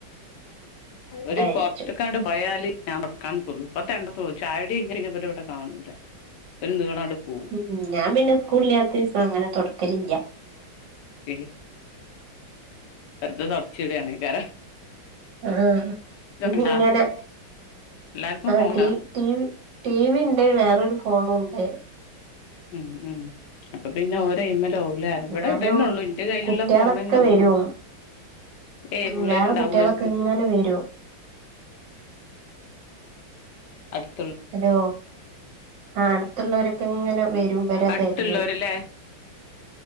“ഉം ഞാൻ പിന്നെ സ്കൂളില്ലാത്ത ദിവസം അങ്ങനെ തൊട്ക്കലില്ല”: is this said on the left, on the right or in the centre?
Right